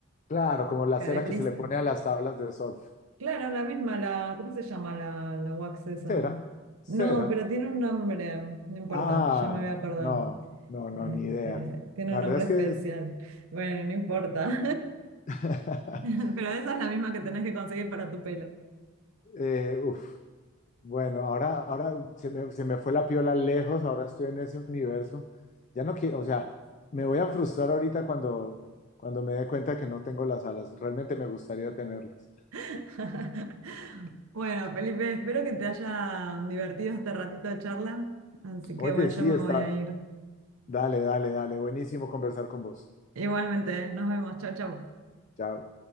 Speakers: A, on the left; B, on the right.
A: Claro, como la
B: que
A: cera
B: deslice.
A: que se le pone a las tablas de surf.
B: Claro, la misma, la, ¿cómo se llama la, la wax esa?
A: Cera, cera.
B: No, pero tiene un nombre, no importa,
A: Ah,
B: ya me voy a acordar.
A: no, no, no,
B: Este,
A: ni idea.
B: tiene
A: La
B: un
A: verdad
B: nombre
A: es
B: especial.
A: que es-
B: Bueno, no importa.
A: <laughs>
B: <laughs> Pero esa es la misma que tenés que conseguir para tu pelo.
A: eh, uf. Bueno, ahora, ahora se me, se me fue la piola lejos, ahora estoy en ese universo. Ya no quiero, o sea, me voy a frustrar ahorita cuando, cuando me dé cuenta que no tengo las alas. Realmente me gustaría tenerlas.
B: <laughs> Bueno, Felipe, espero que te haya divertido este ratito de charla. Así que
A: Oye,
B: bueno,
A: sí,
B: yo me
A: está.
B: voy a ir.
A: Dale, dale, dale. Buenísimo conversar con vos.
B: Igualmente, nos vemos. Chau, chau.
A: Chao.